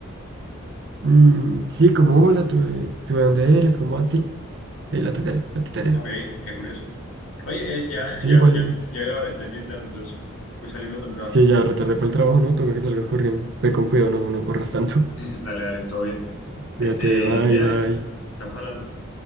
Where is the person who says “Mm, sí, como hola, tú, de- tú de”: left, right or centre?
Right